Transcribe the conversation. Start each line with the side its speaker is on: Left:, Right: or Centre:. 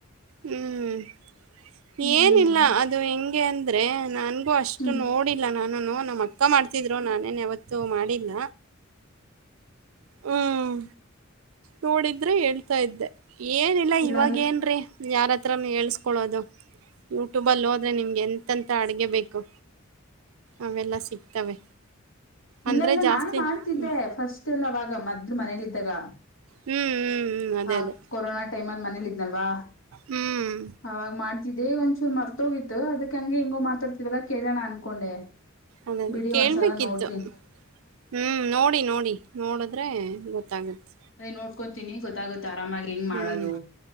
Right: ಹ್ಮ್
Left: ಹ್ಮ್
Right: ಏನಿಲ್ಲ ಅದು ಹೆಂಗೆ ಅಂದ್ರೆ ನನ್ಗೂ ಅಷ್ಟ್
Left: ಹ್ಮ್
Right: ಅಷ್ಟು ನೋಡಿಲ್ಲ ನಾನುನು ನಮ್ಮ ಅಕ್ಕ ಮಾಡ್ತಿದ್ರು ನಾನೇನ್ ಯಾವತ್ತುೂ ಮಾಡಿಲ್ಲ ಹ್ಮ್ ನೋಡಿದ್ರೆ ಹೇಳ್ತಾ ಇದ್ದೆ ಏನಿಲ್ಲ
Left: ಇಲ್ಲಾಂದ್ರೆ
Right: ಇವಾಗ ಏನ್ರೀ ಯಾರ ಹತ್ರನು ಹೇಳ್ಸ್ಕೊೊಳ್ಳೋದು ಯೂಟ್ಯೂಬಲ್ಲಿ ಹೋದ್ರೆ ನಿಮ್ಗೆ ಎಂತಂತ ಅಡ್ಗೆ ಬೇಕು ಅವೆಲ್ಲ ಸಿಗ್ತವೆ
Left: ಇಲ್ಲ
Right: ಅಂದ್ರೆ
Left: ಇಲ್ಲ
Right: ಜಾಸ್ತಿ
Left: ನಾನು ಮಾಡ್ತಿದ್ದೆ
Right: ಹ್ಮ್
Left: ಫಸ್ಟ್ ಎಲ್ಲ ಅವಾಗ ಮದ್ಲು ಮನೇಲಿ ಇದಿದ್ದಾಗ
Right: ಹ್ಮ್ ಹ್ಮ್ ಹ್ಮ್ ಅದೇ
Left: ಆ
Right: ಅದೇ
Left: ಕೊರೋನಾ ಟೈಮ್ ಅಲ್ಲಿ ಮನೇಲಿ ಇದ್ನಲ್ವಾ
Right: ಹ್ಮ್
Left: ಅವಾಗ ಮಾಡ ಇದೇ ಒಂದ್ಚೂರು ಮರ್ತೋಗಿತ್ತು ಅದಕ್ ಹಂಗೆ ಹಿಂಗೋಗ ಮಾತಾಡ್ತವಲ್ಲ ಕೇಳೋಣ ಅನ್ಕೊಂಡೆ
Right: ಅದದೇ
Left: ಬಿಡಿ
Right: ಕೇಳ್ಬೇಕಿತ್ತು
Left: ಒಂದ್ಸಲ ನೋಡ್ತೀನಿ
Right: ಹ್ಮ್ ನೋಡಿ ನೋಡಿ ನೋಡಿದ್ರೆ ಗೊತ್ತಾಗುತ್ತೆ
Left: ಅದ ನೋಡ್ಕೊತಿನಿ ಗೊತ್ತಾಗುತ್ತ ಆರಾಮಾಗಿ ಹೆಂಗ್
Right: ಹ್ಮ್
Left: ಮಾಡೋದು